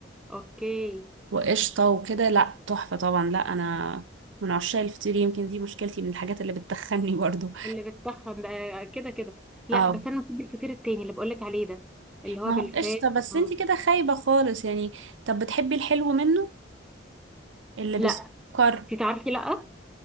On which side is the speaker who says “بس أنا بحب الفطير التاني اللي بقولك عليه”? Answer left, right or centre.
Centre